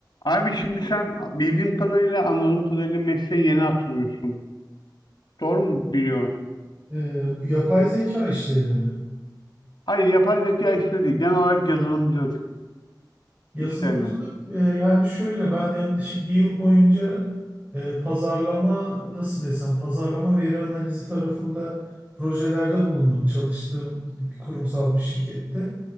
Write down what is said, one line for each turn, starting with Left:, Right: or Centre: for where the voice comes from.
Left: Abi şimdi sen bildiğim kadarıyla, anladığım kadarıyla mesleğe yeni atılıyorsun. Doğru mu biliyorum?
Right: Ee, bu yapay zeka işlerini mi?
Left: Hayır, yapay zeka işleri değil. Genel olarak yazılımcılık
Right: Yazılımcılık
Left: işlerine.
Right: e, yani şöyle ben yaklaşık bir yıl boyunca e, pazarlama nasıl desem pazarlama veri analizi tarafında projelerde bulundum. Çalıştığım bir kurumsal bir şirkette.